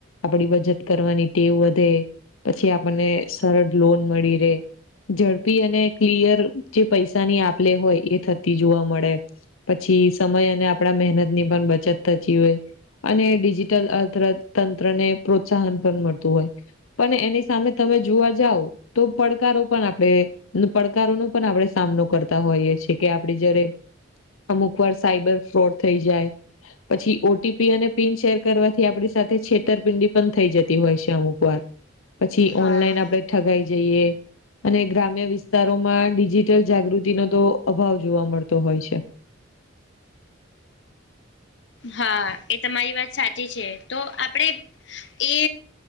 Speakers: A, on the left; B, on the left.
A: આપડી બચત કરવાની ટેવ વધે પછી આપણને સરળ લોન મળી રેય. ઝડપી અને ક્લિયર જે પૈસાની આપ લે જે થતી હોય એ જોવા મળે. પછી સમય અને આપણા મહેનતની પણ બચત થતી હોય. અને ડિજિટલ અર્થતંત્રને પ્રોત્સાહન પણ મળતું હોય. પણ એની સામે તમે જોવા જાવ તો પડકારો પણ આપણેે પડકારો નો પણ આપડે સામનો કરતા હોઈએ છે કે આપડે જયારે અમુક વાર સાયબર ફ્રોડ થઈ જાય પછી ઓટીપી અને પિન શેર કરવાથી આપડી સાથે છેતરપિંડી પણ થઈ જતી હોય છે અમુક વાર <inaudible> પછી
B: હા.
A: ઓનલાઈન આપણે ઠગાઈ જઈએ અને ગ્રામ્ય વિસ્તારોમાં ડિજિટલ જાગૃતિ નો તો અભાવ જોવા મળતો હોય છે.
B: હા એ તમારી વાત સાચી છે તો આપડે એ